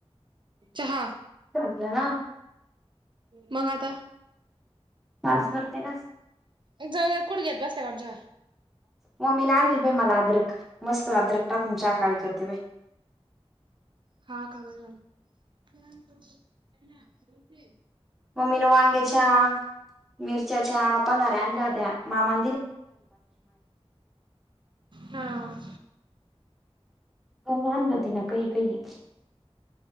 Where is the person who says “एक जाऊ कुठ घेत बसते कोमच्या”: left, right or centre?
Right